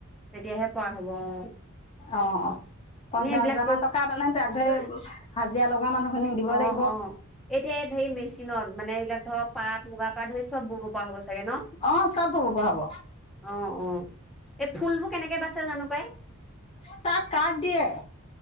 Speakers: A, in the centre; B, on the left.
A: তেতিয়াহে পৰা হ'ব অ',
B: অ। পঞ্চাশ
A: এনে এইবিলাক
B: হাজাৰ
A: ক
B: মান টকা মানে তাক ধৰি হাজিৰা লগোৱা মানুহখিনি দিব
A: অ',
B: লাগিব।
A: অ', এতিয়া এই হেৰি মেচিনত মানে এইবিলাক ধৰক পাট, মুগা পাট সেই ছব বব পৰা হৈ গৈছো। চাগে ন
B: অঁ চব ব'ব পৰা হ'ব
A: অ' অ' এই ফুলবোৰ কেনেকে বাচে, জানো পাই।
B: ক <inaudible> তাত কাৰ্ড দিয়ে,